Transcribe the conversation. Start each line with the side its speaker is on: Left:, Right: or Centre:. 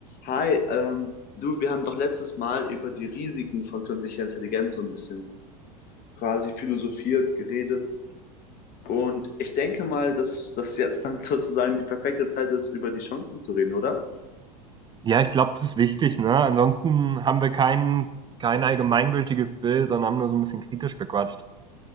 Left: Hi, ähm, du, wir haben doch letztes Mal über die Risiken von künstlicher Intelligenz so ein bisschen quasi philosophiert, geredet. Und ich denke mal, dass das jetzt dann <laughs> sozusagen die perfekte Zeit ist, über die Chancen zu reden, oder?
Right: Ja, ich glaube, das ist wichtig, ne? Ansonsten haben wir kein kein allgemeingültiges Bild, sondern haben nur so ein bisschen kritisch gequatscht.